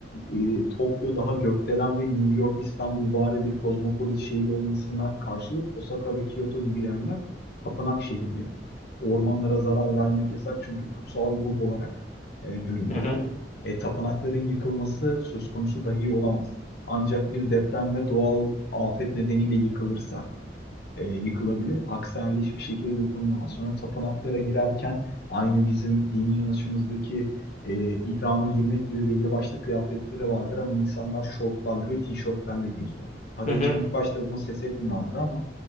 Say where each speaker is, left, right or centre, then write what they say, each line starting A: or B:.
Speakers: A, on the left; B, on the left.
A: e, Tokyo daha gökdelen ve New York, İstanbul bari bir kozmopolit şehir olmasına karşılık Osaka ve Kyoto gibi yerler tapınak şehirleri. Ormanlara zarar vermek yasak çünkü kutsal ruh olarak e, görülürler.
B: Hı hı.
A: E, tapınakların yıkılması söz konusu dahi olamaz. Ancak bir deprem ve doğal afet nedeniyle yıkılırsa e, yıkılabilir. Aksi halde hiçbir şekilde dokunulmaz. Sonra tapınaklara girerken aynı bizim dini inanışımızdaki e, ihrama girmek gibi belli başlı kıyafetleri vardır ama insanlar şortlarla ve tişörtlerle geziyor. Para
B: Hı hı.
A: için ilk başta buna ses etmiyorlardı ama